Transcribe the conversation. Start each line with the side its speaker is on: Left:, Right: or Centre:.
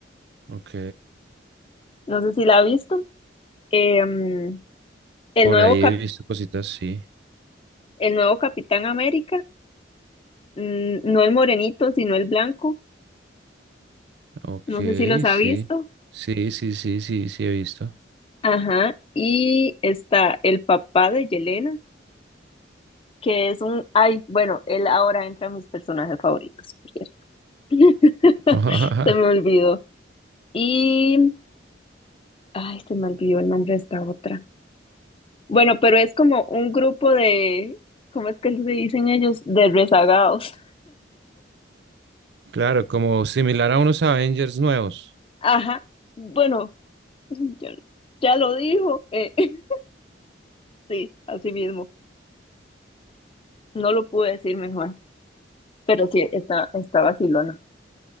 Right: ok.
Left: no sé si la ha visto. Em, el
Right: Por
Left: nuevo
Right: ahí
Left: cap-
Right: he visto cositas, sí.
Left: el nuevo Capitán América, mm, no el morenito, sino el blanco,
Right: Ok,
Left: no sé si los ha
Right: sí.
Left: visto.
Right: Sí, sí, sí, sí, sí he visto.
Left: Ajá, y está el papá de Yelena, que es un, ay, bueno, él ahora entra a mis personajes favoritos, por cierto. <laughs>
Right: <laughs>
Left: Se me olvidó. Y, ay, se me olvidó el nombre de esta otra. Bueno, pero es como un grupo de, ¿cómo es que se dicen ellos? De rezagados.
Right: Claro, como similar a unos Avengers nuevos.
Left: Ajá, bueno. <laughs> Ya, ya lo dijo. Eh, <laughs> sí, así mismo. No lo pude decir mejor, pero sí, está, está vacilona.